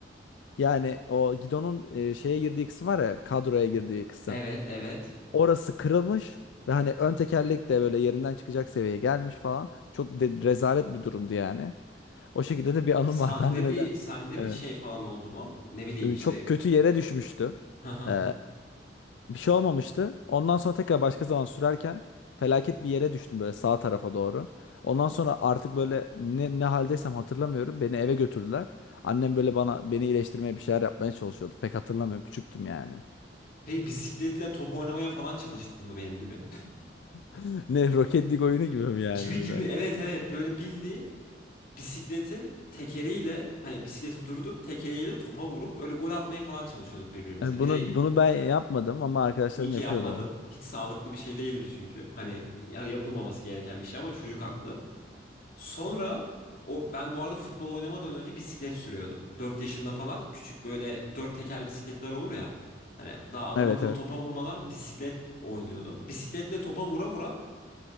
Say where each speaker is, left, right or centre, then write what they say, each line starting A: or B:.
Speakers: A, on the left; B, on the left.
A: yani o gidonun e, şeye girdiği kısım var ya kadroya girdiği kısım.
B: Evet evet.
A: Orası kırılmış ve hani ön tekerlek de böyle yerinden çıkacak seviyeye gelmiş falan. Çok de, rezalet bir durumdu yani. O şekilde de bir
B: Sende
A: anım var. <laughs> Ben de neden?
B: bir sende
A: Evet.
B: bir şey falan oldu mu? Ne bileyim işte.
A: Çok kötü yere düşmüştüm.
B: <laughs>
A: E, Bir şey olmamıştı. Ondan sonra tekrar başka zaman sürerken felaket bir yere düştüm böyle sağ tarafa doğru. Ondan sonra artık böyle ne, ne haldeysem hatırlamıyorum. Beni eve götürdüler. Annem böyle bana beni iyileştirmeye bir şeyler yapmaya çalışıyordu. Pek hatırlamıyorum. Küçüktüm yani.
B: Peki bisikletle top oynamaya falan çalıştın mı benim gibi?
A: <laughs> Ne Rocket League oyunu gibi
B: <laughs>
A: mi yani
B: Gibi
A: böyle?
B: gibi evet evet böyle bildiğin bisikletin tekeriyle hani bisikleti durdurup tekeriyle topa vurup öyle gol atmaya falan çalışıyorduk birbirimize.
A: E, Bunu
B: Bir de
A: bunu ben yapmadım ama arkadaşlarım
B: iyi ki
A: yapıyordu.
B: yapmadın. Hiç sağlıklı bir şey değildi çünkü. Hani ya- yapılmaması gereken bir şey ama çocuk haklı. Sonra o ben bu arada futbol oynamadan önce bisiklet sürüyordum. 4 yaşında falan küçük böyle dört tekerli bisikletler olur ya. Hani daha adam
A: Evet
B: akıllı
A: evet.
B: topa vurmadan bisiklet oynuyordum. Bisikletle topa vura vura